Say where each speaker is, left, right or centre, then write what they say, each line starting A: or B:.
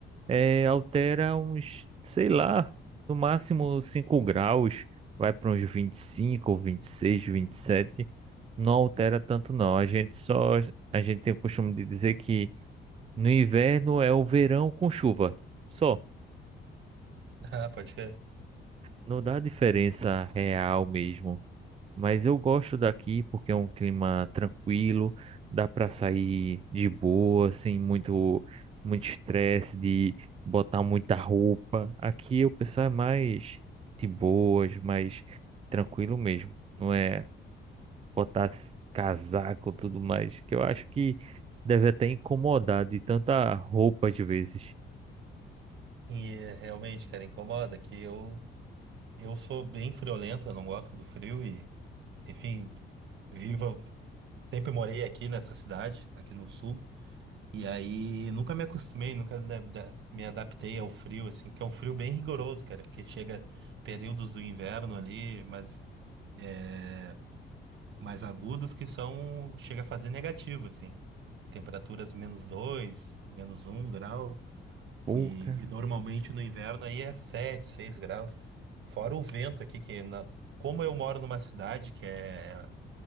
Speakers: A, on the right; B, on the right.
A: é, altera uns, sei lá, no máximo 5 graus, vai para uns 25, 26, 27, não altera tanto não. A gente só, a gente tem o costume de dizer que no inverno é o verão com chuva, só,
B: <laughs> Ah, pode ser.
A: não dá diferença real mesmo. Mas eu gosto daqui porque é um clima tranquilo, dá para sair de boa, sem muito muito estresse de botar muita roupa. Aqui o pessoal é mais de boas, mais tranquilo mesmo. Não é botar s- casaco e tudo mais, que eu acho que deve até incomodar de tanta roupa às vezes.
B: E é, realmente, cara, incomoda que eu eu sou bem friolento, eu não gosto do frio e, enfim, vivo, sempre morei aqui nessa cidade, aqui no sul. E aí, nunca me acostumei, nunca da- da- me adaptei ao frio, assim, porque é um frio bem rigoroso, cara, porque chega períodos do inverno ali, mas é, mais agudos que são, chega a fazer negativo, assim, temperaturas menos dois, menos um grau,
A: Pouca.
B: e, e normalmente no inverno aí é sete, seis graus, fora o vento aqui, que na- como eu moro numa cidade que é